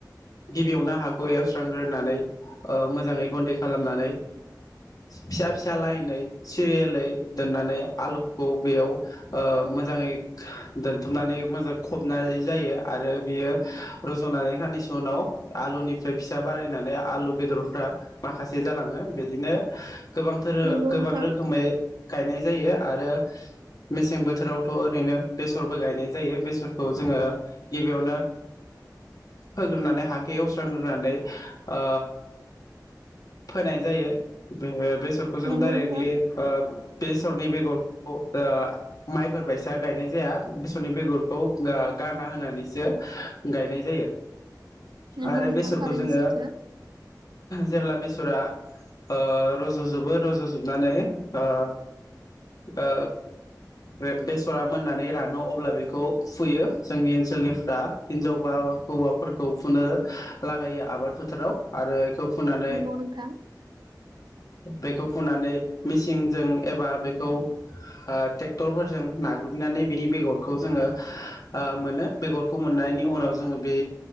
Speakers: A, on the left (about 55°); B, on the right (about 80°).
A: गिबियावनो हाखौ एवस्रांग्रोनानै ओ मोजाङै गुन्दै खालामनानै फिसा- फिसा लाइनै सिरियालै दोननानै आलुखौ बेयाव मोजाङै दोनथुमनानै मोजां फबनाय जायो आरो बेयो रजनानै खानैसै उनाव आलुनिफ्राय फिसा बारायनानै आलु बेदरफ्रा माखासे जालाङो बिदिनो- गोबांथार
B: नंगौ
A: गोबां
B: नोंथां
A: रोखोमै गायनाय जायो आरो मेसें बोथोरावथ ओरैनो बेसरबो गायनाय जायो बेसरखौ जोङो गिबियावनो फोग्रोनानै हाखौ एवस्रांग्रोनानै ओ फोनाय जायो बे बेसरखौ जों
B: नंगौ
A: डाइरेक्टलि
B: नोंथां
A: ओ बेसरनि बेगरखौ ओ माइफोर बायसा गायनाय जाया बेसरनि बेगरखौ गारना होनानैसो गायनाय जायो
B: नंगौ
A: आरो
B: नोंथां
A: बेसरखौ
B: थारैनो
A: जोंङो
B: सैथो
A: जेब्ला बेसरा ओ रजजोबो रजजोबनानै ओ ओ बे बेसरा मोननानै रानो अब्ला बेखौ फुयो जोंनि ओनसोलनिफ्रा हिनजाव बा हौवाफोरखौ फुनो लागायो आबाद फोथाराव आरो बेखौ। फुनानै
B: नंगौ नोंथां।
A: बेखौ फुनानै मेसिनजों एबा बेखौ ओ ट्रेक्टरफोरजों नागुरैनानै बेनि बेगरखौ जोंङो मोनो बेगरखौ मोननायनि उनाव जोंङो बे